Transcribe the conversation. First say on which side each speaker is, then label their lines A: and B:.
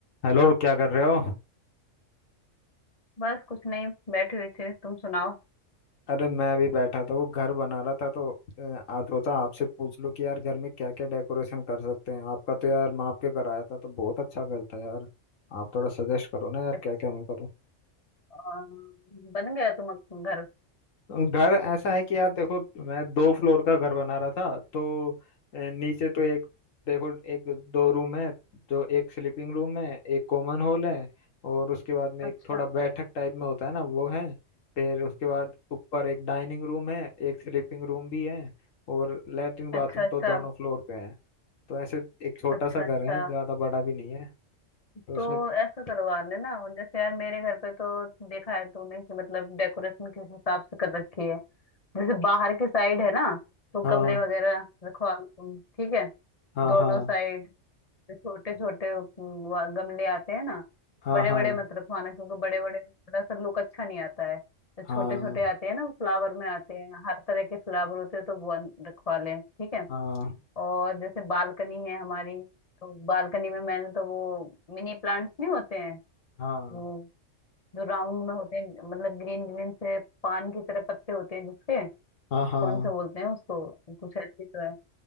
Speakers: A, on the left; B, on the left.
A: Hello क्या कर रहे हो
B: बस कुछ नहीं बैठी हुई थी तुम सुनाओ
A: अरे मैं अभी बैठा था वो घर बना रहा था तो अ, आ सोचा आपसे पूछ लूं कि यार घर में क्या क्या डेकोरेशन कर सकते हैं आपका तो यार मैं आपके कराया था तो बहुत अच्छा घर था यार आप थोड़ा सजेस्ट करो ना यार
B: अच्छा,
A: क्या क्या मैं करूँ
B: अ, बन गया तुम्हारा घर
A: घर ऐसा है कि यार देखो मैं दो फ्लोर का घर बना रहा था तो अ, नीचे तो एक देखो एक दो रूम है जो एक स्लीपिंग रूम है एक कॉमन हॉल है और उसके बाद में
B: अच्छा
A: एक थोड़ा बैठक टाइप में होता है ना वो है फिर उसके बाद ऊपर एक डाइनिंग रूम है एक स्लीपिंग रूम भी है और लेटरिन बाथरूम
B: अच्छा अच्छा
A: तो दोनों फ्लोर पे है तो ऐसे एक छोटा
B: अच्छा
A: सा घर
B: अच्छा
A: है ज्यादा बड़ा भी नहीं है तो उसमें
B: तो ऐसा करवा लेना जैसे यार मेरे घर पे तो देखा है तूने कि मतलब डेकोरेशन किस हिसाब से कर रखी है जैसे बाहर की साइड है ना तो
A: हाँ
B: गमले वगैरह रखवा लो तुम ठीक है
A: हाँ
B: दोनों
A: हाँ
B: साइड छोटे छोटे गमले आते हैं ना
A: हाँ
B: बड़े
A: हाँ
B: बड़े मत रखवाना क्योंकि बड़े बड़े में थोड़ा सा लुक अच्छा नहीं आता है तो छोटे
A: हाँ
B: छोटे आते हैं ना फ्लावर में आते हैं हर तरह के फ्लावर होते हैं तो वो अन- रखवा लें ठीक है
A: हाँ
B: और जैसे बालकनी है हमारी तो बालकनी में मैंने तो वो मिनी प्लांट्स नहीं होते हैं
A: हाँ
B: वो जो राउंड में होते हैं मतलब ग्रीन ग्रीन से पान की तरह पत्ते होते हैं जिसके
A: हाँ हाँ
B: कौन से बोलते हैं उसको कुछ ऐसे तो है